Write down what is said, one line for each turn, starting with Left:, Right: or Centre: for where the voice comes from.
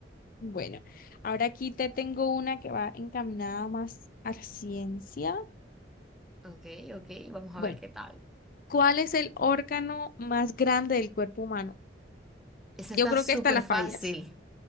Left: Bueno, ahora aquí te tengo una que va encaminada más a la ciencia.
Centre: Ok, ok, vamos
Left: Bueno,
Centre: a ver qué tal.
Left: ¿cuál es el órgano más grande del cuerpo humano?
Centre: Eso
Left: Yo
Centre: está
Left: creo
Centre: súper
Left: que esta la
Centre: fácil.
Left: fallas.